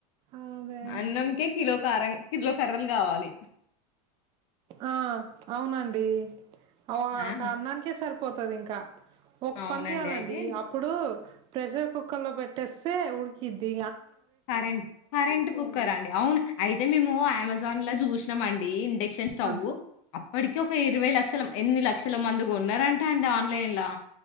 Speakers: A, on the right; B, on the left.
A: అదే
B: అన్నం క కిలో క కిలో క కావాలి
A: ఆ అవునండి అ
B: ఆ,
A: అన్నానికే సార్ పోతది ఇంకా ఒక
B: అవునండి
A: పని చెయాలండి
B: అయితే
A: అప్పుడు ప్రెషర్ కుక్కర్ లో పెట్టేస్తే ఉడికిది
B: కరెంట్ కరెంట్ కుక్కర్ అండి అవును అయితే మేము అమెజాన్ లా చూసినామండి ఇండెక్ ఇండక్షన్ స్టవ్
A: ఆ
B: వాడికి ఒక ఇరవై లక్షల ఎన్ని లక్షల మంది కూడా ఉన్నారంట అండి ఆన్లైన్